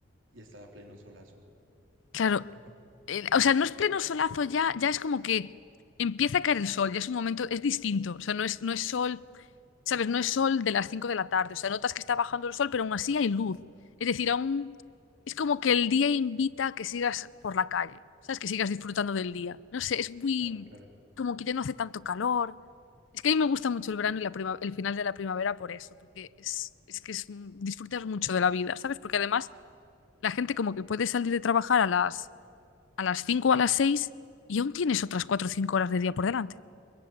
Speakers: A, on the right (about 80°); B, on the left (about 75°).
A: y está a pleno solazo.
B: Claro,
A: <laughs>
B: eh, o sea, no es pleno solazo ya, ya es como que empieza a caer el sol, ya es un momento, es distinto, o sea, no es, no es sol, ¿sabes? No es sol de las 5 de la tarde, o sea, notas que está bajando el sol, pero aún así hay luz. Es decir, aún es como que el día invita a que sigas por la calle, ¿sabes? Que sigas disfrutando del día. No sé, es muy,
A: Claro, claro,
B: como que ya no hace tanto calor. Es que a mí me gusta mucho el verano y la prima- el final de la primavera por eso, porque es, es que es, disfrutas mucho de la vida, ¿sabes? Porque además la gente como que puede salir de trabajar a las a las cinco o a las seis y aún tienes otras 4 o 5 horas de día por delante,